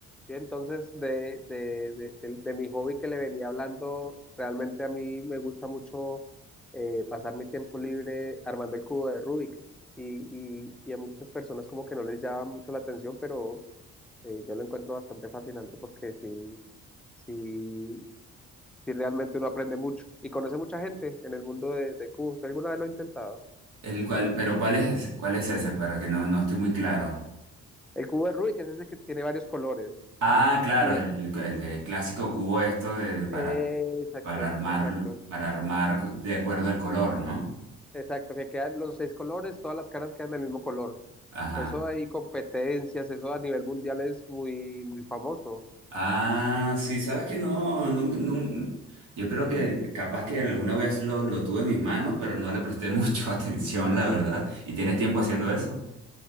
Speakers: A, in the centre; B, on the right.
A: ¿sí? Entonces, de, de, de, de- de mi hobby que le venía hablando, realmente a mí me gusta mucho eh, pasar mi tiempo libre armando el cubo de Rubik. Y, y, y a muchas personas como que no les llama mucho la atención, pero eh, yo lo encuentro bastante fascinante porque sí, sí, sí realmente uno aprende mucho y conoce mucha gente en el mundo de, de cubos. ¿Usted alguna vez lo ha intentado?
B: El cual, pero ¿cuál es, cuál es ese? Para que no, no estoy muy claro.
A: El cubo de Rubik es ese que tiene varios colores.
B: Ah, claro,
A: Y,
B: el, el- el de clásico cubo esto de, de para,
A: eh, exacto,
B: para armar,
A: exacto.
B: para armar de acuerdo al color, ¿no?
A: Exacto, que quedan los seis colores, todas las caras quedan del mismo color.
B: Ajá.
A: Eso hay competencias, eso a nivel mundial es muy, muy famoso.
B: Ah, sí, sabes que no, nun- nun- yo creo que capaz que alguna vez lo, lo tuve en mis manos, pero no le presté <laughs> mucho atención, la verdad. ¿Y tienes tiempo haciendo eso?